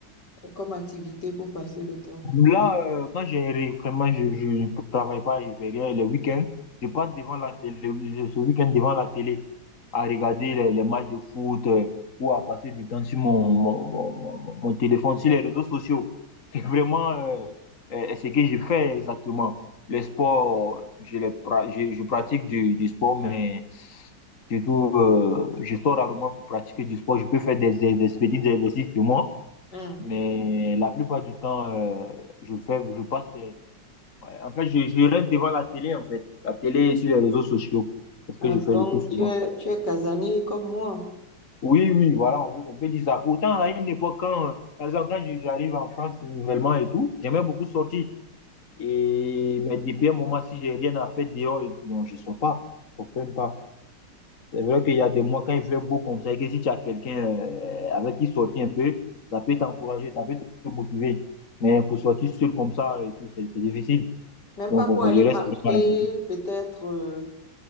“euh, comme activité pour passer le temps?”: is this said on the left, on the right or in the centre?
Left